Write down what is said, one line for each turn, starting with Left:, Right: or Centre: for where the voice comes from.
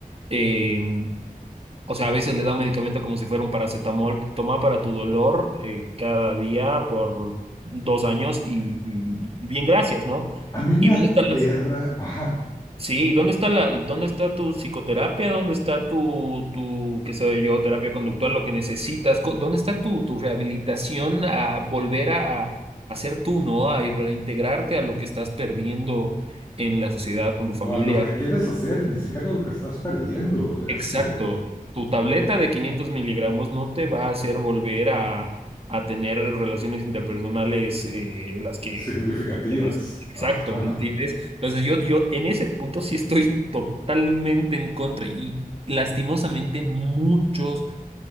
Right: eh, o sea, a veces le da un medicamento como si fuera un paracetamol, toma para tu dolor eh, cada día por dos años y, y- y bien, gracias, ¿no?
Left: A mí me
Right: Y dónde
Left: aterra,
Right: están las-
Left: ajá,
Right: Sí, ¿y ¿dónde está la, dónde está tu psicoterapia? ¿Dónde está tu, tu, qué sé yo, terapia conductual, lo que necesitas? Co- ¿Dónde está tu, tu rehabilitación a volver a, a, a ser tú, ¿no? A reintegrarte a lo que estás perdiendo en la sociedad, con tu familia.
Left: o a lo que quieres hacer, ni siquiera lo que estás perdiendo,
Right: Exacto.
Left: este,
Right: Tu tableta de 500 miligramos no te va a hacer volver a, a tener relaciones interpersonales eh, las que...
Left: significativas,
Right: en ese- Exacto,
Left: ajá.
Right: ¿me entiendes? Entonces yo, yo en ese punto sí estoy totalmente en contra y lastimosamente muchos,